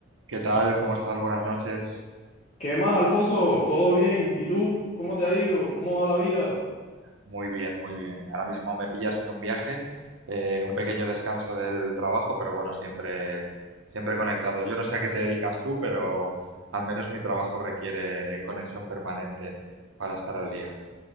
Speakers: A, on the right; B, on the left.
A: ¿Qué tal? ¿Cómo estás? Buenas noches.
B: ¿Qué más, Alfonso? ¿Todo bien? ¿Y tú? ¿Cómo te ha ido? ¿Cómo va la vida?
A: Muy bien, muy bien. Ahora mismo me pillas en un viaje, eh, un pequeño descanso del trabajo, pero bueno, siempre, siempre conectado. Yo no sé a qué te dedicas tú, pero al menos mi trabajo requiere conexión permanente para estar al día.